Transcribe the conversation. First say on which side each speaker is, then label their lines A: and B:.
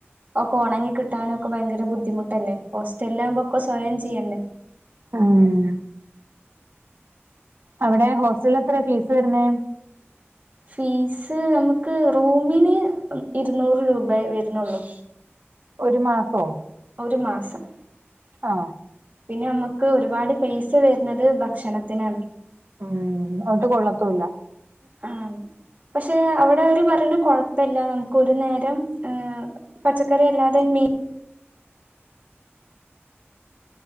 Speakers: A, on the right (about 40°); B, on the right (about 60°).
A: ഒക്കെ ഉണങ്ങി കിട്ടാനും ഒക്കെ ഭയങ്കര ബുദ്ധിമുട്ട് ട്ടല്ലേ ഹോസ്റ്റലിൽ ലാവുമ്പോക്കെ സ്വയം ചെയ്യേണ്ടേ
B: ആഹ് അവിടേ ഹോസ്റ്റലിൽ എത്രാ ഫീസ് വരുന്നേ
A: ഫീസ് നമ്മക്ക് റൂമിന് ഇരുന്നൂറ് രൂപേ വരുന്നൊള്ളു
B: ഒരു മാസോ
A: ഒരു മാസം.
B: ആ
A: പിന്നെ നമ്മക്ക് ഒരുപാട് പൈസ വരുന്നത് ഭക്ഷണത്തിനാണ്.
B: ഉം അത് കൊള്ളത്തുല്ല.
A: ആഹ് പക്ഷെ അവിടെ അവര് പറിണ് കൊഴപ്പല്ല നമ്മുക്ക് ഒരു നേരം ഏഹ് പച്ചക്കറി അല്ലാതെ മീൻ